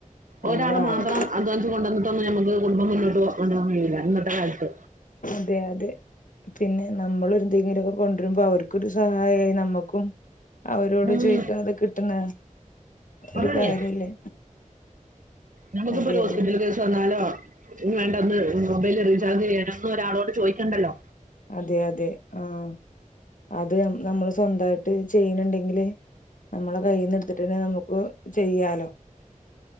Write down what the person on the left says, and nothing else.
നമ്മളാണ്
അതെ അതെ പിന്നെ നമ്മൾ എന്തെങ്കിലും കൊണ്ടുവരുമ്പോ അവർക്കൊരു സഹായായി നമ്മക്കും അവരോട്
ചോയിക്കാതെ കിട്ടുന്ന ഒരു
കാര്യല്ലേ
അതെ
അതെ അതെ ആഹ അത് നമ്മള് സ്വന്തമായിട്ട് ചെയ്യുന്നുണ്ടെങ്കില് നമ്മളെ കയ്യിൽന്ന് എടുത്തിട്ടന്നെ നമുക്ക് ചെയ്യാലോ